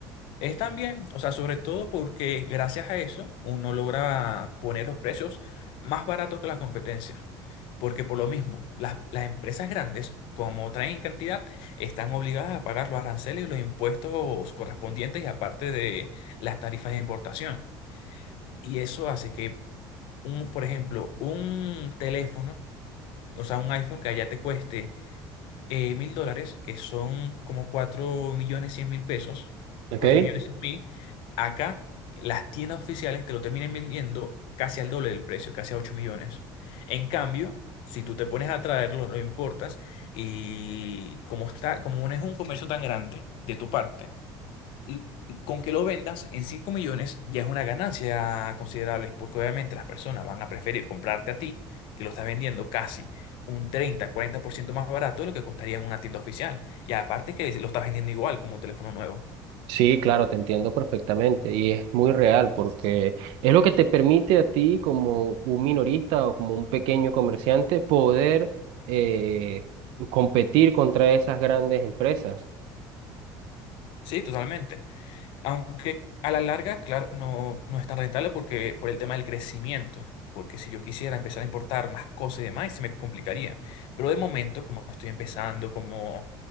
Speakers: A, on the left; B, on the right.
A: es también o sea, sobre todo porque gracias a eso uno logra poner los precios más baratos que la competencia. Porque por lo mismo, las, las empresas grandes, como traen cantidad, están obligadas a pagar los aranceles y los impuestos correspondientes y aparte de las tarifas de importación. Y eso hace que, un, por ejemplo, un teléfono, o sea, un iPhone que allá te cueste eh, mil dólares, que son como cuatro millones cien mil pesos,
B: ¿Ok?
A: cuatro millones cien mil, acá las tiendas oficiales te lo terminan vendiendo casi al doble del precio, casi a 8 millones. En cambio, si tú te pones a traerlo, lo importas, y como está, como no es un comercio tan grande de tu parte, l- con que lo vendas en 5 millones ya es una ganancia considerable, porque obviamente las personas van a preferir comprarte a ti, que lo estás vendiendo casi un treinta cuarenta por ciento más barato de lo que costaría en una tienda oficial. Y aparte que lo estás vendiendo igual como un teléfono nuevo.
B: Sí, claro, te entiendo perfectamente y es muy real porque es lo que te permite a ti como un minorista o como un pequeño comerciante poder eh, competir contra esas grandes empresas.
A: Sí, totalmente. Aunque a la larga, claro, no, no es tan rentable porque por el tema del crecimiento. Porque si yo quisiera empezar a importar más cosas y demás, se me complicaría. Pero de momento, como estoy empezando, como